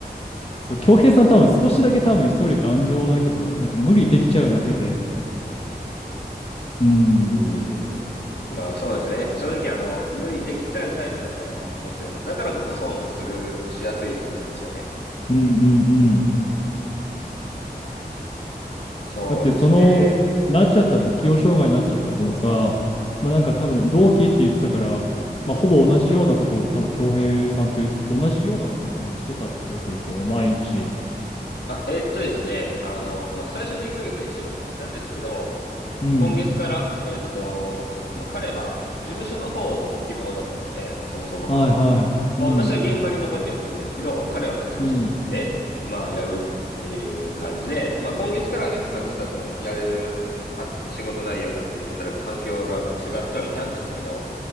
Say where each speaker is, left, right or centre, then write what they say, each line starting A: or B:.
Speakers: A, on the left; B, on the left.
A: そう、恭平さん多分少しだけ多分一人頑丈だけど、なんか無理できちゃうだけで、うん、
B: うーん。まあそうですね。正直、あの、無理できちゃうタイプだとは思っちゃいます。だからこそ損をする、しやすいと思うんですよね。
A: うんうんうん。
B: そうですね。
A: だってその、なっちゃった適応障害になっちゃった子もさ、まあなんか多分同期って言ってたから、まあほぼ同じようなことを多分恭平さんと同じようなことを多分してたってことでしょ、毎日。
B: あ、えーっとですね。あの、まあ最初の1ヶ月は一緒ですね。なんですけど、
A: うん。
B: 今月から、えーっと、まあ彼は事務所の方を希望だったので、そもそもが。
A: はいはい。
B: まあ私は現場に残ってやってるんですけど、
A: うん。
B: 彼はまあ事務所に行って、
A: うん。
B: まあやるっていう感じで、まあ今月からね、まあ実はそのやるは仕事内容だったり働く環境がまあ違ってはいたんですけど、